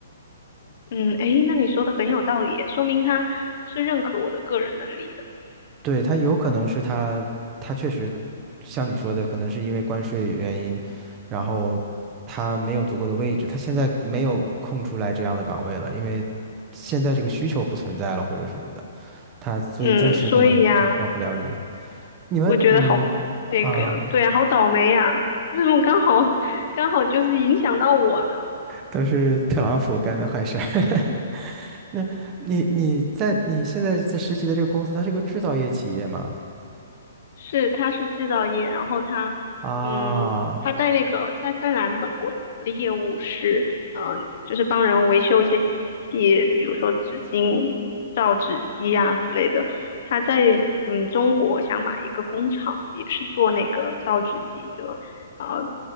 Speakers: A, on the left; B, on the right.
A: 嗯，诶，那你说的很有道理耶说明他是认可我的个人能力的。
B: 对，他有可能是他他确实像你说的，可能是因为关税原因，然后他没有足够的位置，他现在没有空出来这样的岗位了，因为现在这个需求不存在了或者什么的，他所以暂时可能真招不了你。
A: 嗯，所以呀。
B: 你们你
A: 我觉得好那个呀，
B: 啊，
A: 对呀，好倒霉呀！为什么刚好刚好就是影响到我呢？
B: 都是特朗普干的坏事儿。<laughs> 那你你在你现在在实习的这个公司，它是个制造业企业吗？
A: 是，他是制造业，然后他，
B: 啊，
A: 嗯，他在那个在芬兰本国的业务是，嗯、就是帮人维修一些机器，比如说纸巾、造纸机呀、之类的。他在嗯中国想买一个工厂，也是做那个造纸机，就呃